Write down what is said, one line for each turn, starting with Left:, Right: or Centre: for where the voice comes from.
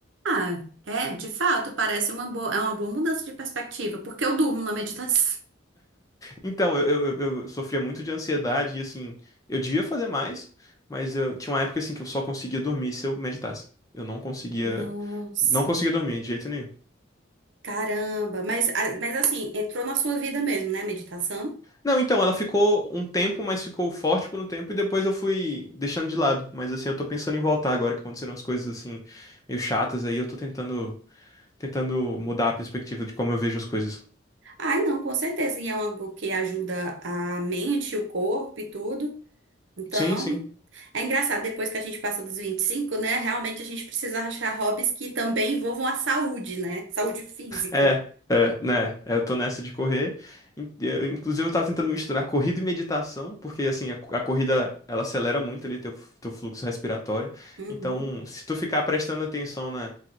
Right: Ah, é, de fato, parece uma boa, é uma boa mudança de perspectiva, porque eu durmo na meditação.
Left: Então, eu, eu, eu- eu sofria muito de ansiedade e assim, eu devia fazer mais, mas eu tinha uma época assim que eu só conseguia dormir se eu meditasse. Eu não conseguia,
Right: Nossa,
Left: não conseguia dormir de jeito nenhum.
Right: caramba. Mas, a- mas assim, entrou na sua vida mesmo, né, a meditação?
Left: Não, então, ela ficou um tempo, mas ficou forte por um tempo e depois eu fui deixando de lado. Mas assim, eu tô pensando em voltar agora que aconteceram as coisas assim meio chatas aí, eu tô tentando tentando mudar a perspectiva de como eu vejo as coisas.
Right: Ai, não, com certeza. E é algo que ajuda a mente, o corpo e tudo. Então,
Left: Sim, sim.
Right: é engraçado, depois que a gente passa dos 25 né? Realmente a gente precisa achar hobbies que também envolvam a saúde, né? Saúde física.
Left: É, é, né? É, Eu tô nessa de correr. In- eu- Inclusive, eu tava tentando misturar corrida e meditação, porque assim, a, co- a corrida ela acelera muito ali teu, teu fluxo respiratório.
Right: Uhum,
Left: Então, se tu ficar prestando atenção na,